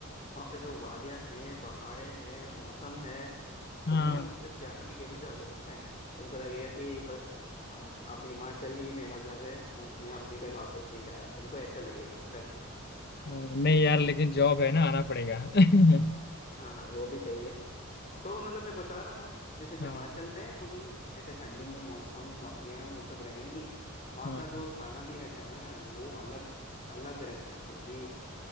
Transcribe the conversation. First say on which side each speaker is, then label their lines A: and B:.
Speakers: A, on the left; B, on the left.
A: वहां पे जो वादियां हैं पहाड़े हैं मौसम है
B: हाँ
A: तुम ना उससे प्यार में गिर जाओगे पता है तुमको लगेगा कि बस अब अब हिमाचल ही मेरा घर है मैं मैं अपने घर वापस नहीं जा रहा तुमको ऐसा लगेगा पता है
B: हाँ, नहीं यार लेकिन जॉब है ना आना पड़ेगा <laughs>
A: हाँ हाँ वो भी सही है तो मतलब मैं बता रहा था जैसे हिमाचल
B: हाँ
A: पे तुम ऐसे ठंडी मौसम वादियां वो सब रहेंगी
B: हाँ
A: वहाँ का जो खाना भी रहता है ना यार वो अलग अलग रहता है क्योंकि